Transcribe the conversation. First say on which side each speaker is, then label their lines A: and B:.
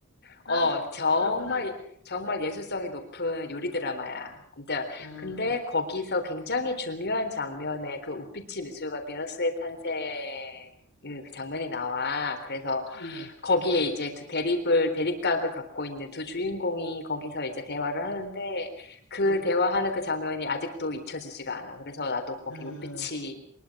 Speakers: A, on the left (about 50°); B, on the left (about 80°).
A: 어,
B: 아,
A: 정말,
B: 그렇구나.
A: 정말 예술성이 높은 요리 드라마야. 근데,
B: 음,
A: 근데 거기서 굉장히 중요한 장면에 그 우피치 미술관 비너스의 탄생, 음, 그 장면이 나와. 그래서
B: 음,
A: 거기에 이제 두 대립을, 대립각을 갖고 있는 두 주인공이 거기서 이제 대화를 하는데 그
B: 음,
A: 대화하는 그 장면이 아직도 잊혀지지가 않아. 그래서 나도 거기
B: 음,
A: 우피치,